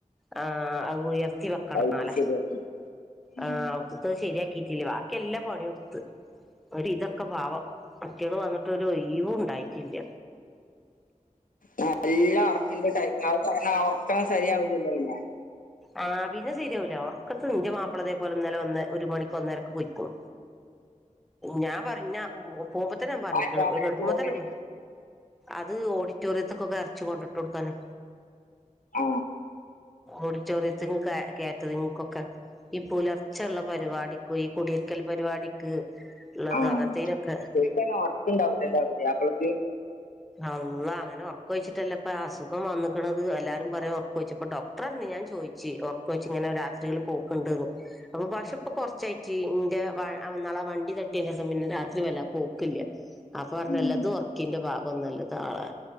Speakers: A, in the centre; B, on the left.
A: ആ അത് ഉയർത്തി വെക്കണാലേ
B: പൈപ്പ് ശരിയാക്കി ഉം
A: ആ ഔത്ത്ത്തത് ശരിയാക്കി ഇല്ല ബാക്കിയല്ലാ പണിയുടുത്ത് ഒരിതൊക്കെ പാവം മറ്റിയാള് വന്ന് ഒരൊയ് വുണ്ടായിട്ടില്ല
B: നല്ല ഉറക്കന്റെ ടൈമാ അഹ് കാരണം ആ ഒറക്കം ശരിയാവൂലല്ലോ പിന്നെ
A: ആ പിന്നെ ശരിയാ വൂല ഒർക്കൊക്കെ ന്റെ മാപ്പിളതേ പോലെ ഇന്നലെ ഒന്ന് ഒരു മണിക്ക് ഒന്നേരക്ക് പോയ്ക്ക്‌ണു ഞാൻ പറീം ന്ന പോകുമ്പൊ തന്നെ ഞാൻ പറഞ്ഞുക്കാണ്
B: ആ എന്താ നേരത്ത്
A: കേടക്കുമ്പോത്തന്നെ
B: പോണേ
A: പ അത് ഓഡിറ്റോറിയത്ത്ക്കൊക്കെ എറച്ചി കൊണ്ടിട്ട് കൊടുക്കാനാ
B: ആ
A: ഓടിറ്റോറിയത്തിക്കും കാ കേറ്ററിങ്ങ്ക്കൊക്കെ ഈ പുലർച്ചള്ള പരിപാടിക്കു ഈ കുടിരിക്കൽ പരിപാടിക്ക് ഉള്ളത്
B: ആ
A: അങ്ങനത്തേനൊക്കെ
B: ശരിക്കെന്നെ ഒർക്കുണ്ടാവൂലല്ലേ പുതിയാപ്പൾക്ക്
A: അള്ളാ അങ്ങനെ ഒർക്കൊയ് ച്ചിട്ടല്ലേ ഇപ്പൊ അസുഖം വന്ന്ക്കണത് എല്ലാരും പറയാ ഒറക്കൊയ് ച്ചപ്പൊ ഡോക്ടർഞ്ഞ് ഞാൻ ചോദിച്ചി ഒർക്കൊയ്ച്ചിങ്ങനെ രാത്രികളിൾ പോക്ക്‌ണ്ട്ന്ന് അപ്പൊ പക്ഷെ പ്പൊ കൊറച്ചായിട്ട് ന്റെ വ ആ ന്നാളാ വണ്ടി തട്ടിയേന്റെസം പിന്നെ രാത്രി വല്ലാ പോക്കില്ല അപ്പൊ പറഞ്ഞല്ലത്
B: ഉം
A: ഉറക്കിന്റെ ഭാ ഇപ്പൊ നല്ലതാളാ